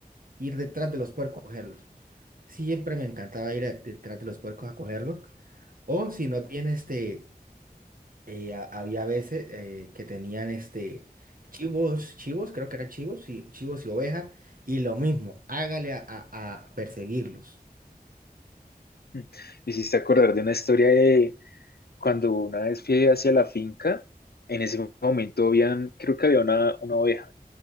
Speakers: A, on the right; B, on the left.
A: ir detrás de los puercos a cogerlos. Siempre me encantaba ir a- detrás de los puercos a cogerlos. O si no tienes este eh, ha- había veces eh, que tenían este chivos, chivos, creo que eran chivos, y, chivos y ovejas, y lo mismo, hágale a, a- a perseguirlos.
B: Mm, Me hiciste acordar de una historia cuando una vez fui hacia la finca, en ese momento habían, creo que había una, una oveja.